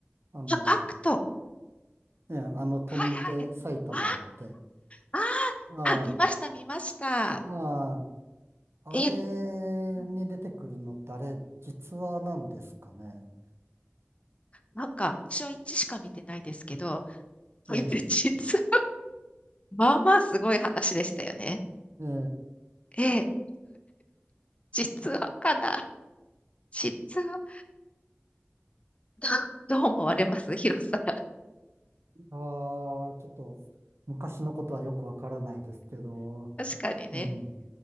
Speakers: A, on the right (about 80°); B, on the left (about 30°).
A: あの、
B: あ、アクト。
A: ね、あの、飛んで埼玉って、
B: はいはい。あ、あ、
A: あ
B: あ、見ました、見ました。
A: あ、ああ、
B: え、
A: あれに出てくるのってあれ、
B: うん
A: 実話なんですかね。
B: なんか、私は1しか見てないですけど、これ実は、
A: ええ、
B: まあまあすごい話でしたよね。
A: ええ、
B: ええ、<laughs> 実はかな。実は、どどう思われます、ヒロさん。
A: ああ、ちょっと昔のことはよくわからないですけど、
B: 確かにね。
A: うん、